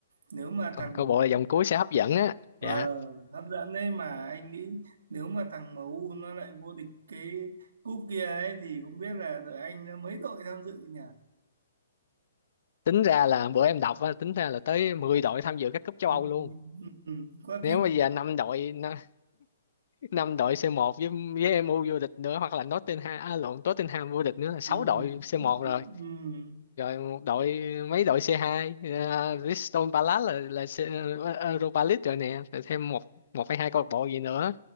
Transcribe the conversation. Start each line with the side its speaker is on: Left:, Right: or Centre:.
Right: Nếu mà
Left: co-
Right: thằng
Left: Câu bộ là vòng cuối sẽ hấp dẫn á.
Right: ờ,
Left: Dạ.
Right: hấp dẫn đấy mà anh nghĩ nếu mà thằng em u nó lại vô địch cái cúp kia ấy thì cũng biết là đội Anh nó mấy đội tham dự nhỉ?
Left: Tính ra là bữa em đọc á, tính ra là tới 10 đội tham dự các cúp châu
Right: Ừ,
Left: Âu luôn.
Right: ừ, ừ, quá
Left: Nếu
Right: kinh.
Left: bây giờ năm đội năm, năm đội C1 với với MU vô địch nữa hoặc là Nottingham à, lộn Tottenham vô địch nữa là sáu
Right: Ừ,
Left: đội C1
Right: ừ,
Left: rồi
Right: ừ.
Left: một đội mấy đội C2 uh, Crystal Palace là là C, ờ, Europa League rồi nè rồi thêm một một hay hai câu lạc bộ gì nữa